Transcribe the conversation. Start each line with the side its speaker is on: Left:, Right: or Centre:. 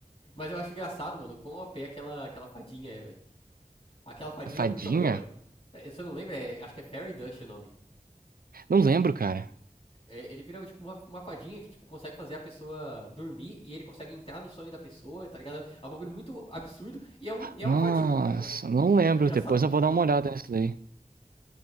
Left: Mas eu acho engraçado, mano, quão O P aquela, aquela fadinha é, velho. Aquela fadinha
Right: A fadinha?
Left: é muito O P, mano. É, Você não lembra? É- acho que é Fairy Dust o nome.
Right: Não lembro, cara.
Left: É, ele vira, tipo, uma, uma fadinha que, tipo, consegue fazer a pessoa dormir e ele consegue entrar no sonho da pessoa, tá ligado? É um bagulho muito absurdo e é, um, e
Right: Nossa,
Left: é uma fadinha, tá ligado?
Right: não lembro.
Left: É engraçado
Right: Depois
Left: pra
Right: eu
Left: caramba.
Right: vou dar uma olhada nisso daí.